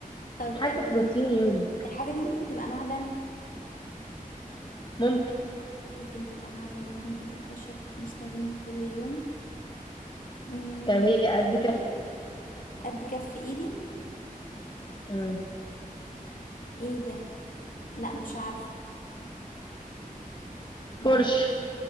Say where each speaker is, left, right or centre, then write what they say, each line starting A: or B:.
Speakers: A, on the left (about 65°); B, on the left (about 30°).
A: طب آه،
B: حاجة في روتين يومك
A: الحاجة دي ممكن تبقى معدن
B: ممكن
A: ممكن تبقى معدن ممكن تبقى خشب بنستخدمها كل يوم مم.
B: طب هي قد كف ايه
A: قد كف ايدي
B: مم.
A: ايه ده لا مش عارفة لا
B: فرش